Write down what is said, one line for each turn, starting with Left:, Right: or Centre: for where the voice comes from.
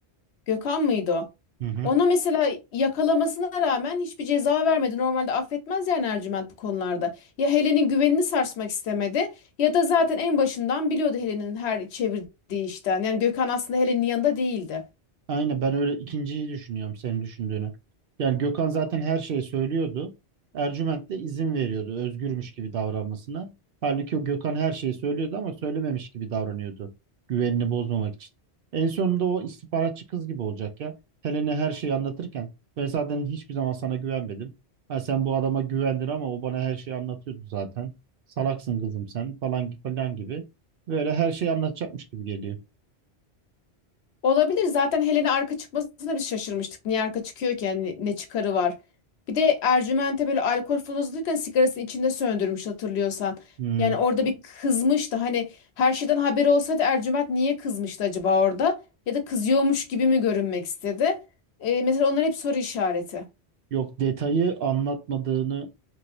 Left: Gökhan mıydı o?
Right: Hı hı.
Left: Ona mesela yakalamasına rağmen hiçbir ceza vermedi. Normalde affetmez yani Ercüment bu konularda. Ya Helen'in güvenini sarsmak istemedi ya da zaten en başından biliyordu Helen'in her çevirdiği işten. Yani Gökhan aslında Helen'in yanında değildi.
Right: Aynen ben öyle ikinciyi düşünüyorum senin düşündüğünü. Yani Gökhan zaten her şeyi söylüyordu. Ercüment de izin veriyordu özgürmüş gibi davranmasına. Halbuki o Gökhan her şeyi söylüyordu ama söylememiş gibi davranıyordu. Güvenini bozmamak için. En sonunda o istihbaratçı kız gibi olacak ya. Helen'e her şeyi anlatırken ben zaten hiçbir zaman sana güvenmedim. Ha, sen bu adama güvendin ama o bana her şeyi anlatıyordu zaten. Salaksın kızım sen falan falan gibi. Böyle her şeyi anlatacakmış gibi geliyor.
Left: Olabilir. Zaten Helen'e arka çıkmasına biz şaşırmıştık. Niye arka çıkıyor ki? Yani ne çıkarı var? Bir de Ercüment'e böyle alkol fırlatırken sigarasını içinde söndürmüş hatırlıyorsan.
Right: Hmm.
Left: Yani orada bir kızmıştı. Hani her şeyden haberi olsaydı Ercüment niye kızmıştı acaba orada? Ya da kızıyormuş gibi mi görünmek istedi? Ee, mesela onlar hep soru işareti.
Right: Yok detayı anlatmadığını